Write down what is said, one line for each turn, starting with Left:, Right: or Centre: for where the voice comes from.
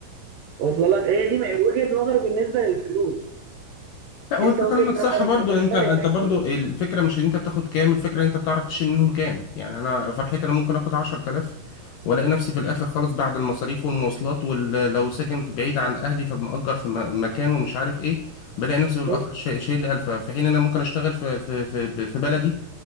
Right: واصله لك هي دي وجهه نظر بالنسبه للفلوس
Left: لا وانت
Right: انت وجهه
Left: كلامك
Right: نظرك
Left: صح برضو
Right: بتختلف
Left: انت انت
Right: اكيد
Left: برضو الفكره مش ان انت بتاخد كام الفكره ان انت بتعرف تشيل منهم كام يعني انا فرحتي انا ممكن اخد 10000 والاقي نفسي في الاخر خالص بعد المصاريف والمواصلات ولو ساكن في بعيد عن اهلي فمأجر في م- مكان ومش عارف ايه بلاقي نفسي في الاخر
Right: شوف
Left: شا- شايل لي 1000 في حين انا ممكن اشتغل في في في, في بلدي